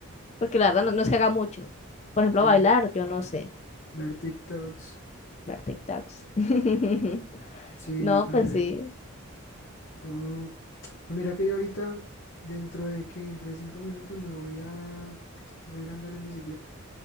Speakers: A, on the left (about 30°); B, on the left (about 55°).
A: Porque la verdad no, no se haga mucho. Por ejemplo,
B: ver,
A: bailar, yo no sé.
B: ver TikToks.
A: Ver TikToks. <laughs>
B: Sí,
A: No,
B: yo también.
A: pues sí.
B: Oh, pues mira que yo ahorita, dentro de que dentro de cinco minutos me voy a voy a ir a andar en bicicleta.